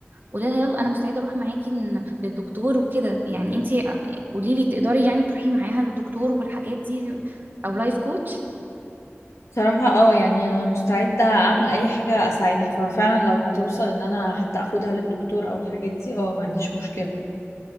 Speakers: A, on the right; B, on the left.
A: قولي لها يلا انا مستعده اروح معاكي ن- للدكتور وكده يعني انت قولي لي تقدري يعني تروحي معاها للدكتور والحاجات دي او لايف كوتش
B: صراحة اه يعني انا مستعدة اعمل اي حاجة اساعدها ففعلا لو هتوصل ان انا حتى اخدها للدكتور او الحاجات دي اه ما عنديش مشكلة